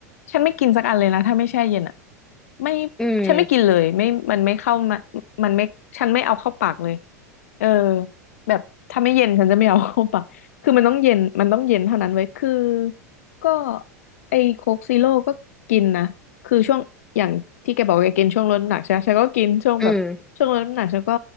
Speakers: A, on the left (about 60°); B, in the centre.
A: ฉันไม่กินสักอันเลยนะถ้าไม่แช่เย็นอ่ะไม่
B: อืม
A: ฉันไม่กินเลยไม่มันไม่เข้ามามันไม่ฉันไม่เอาเข้าปากเลยเออแบบถ้าไม่เย็นฉันจะไม่เอาเข้าปากคือมันต้องเย็นมันต้องเย็นเท่านั้นไว้ยคือก็ไอ้โค้กซีโร่ก็กินนะคือช่วงอย่างที่แกบอกแกกินช่วงลดน้ำหนักใช่ไหมฉันก็กินช่วงแบบช่วงลดน้ำหนักฉันก็
B: อืม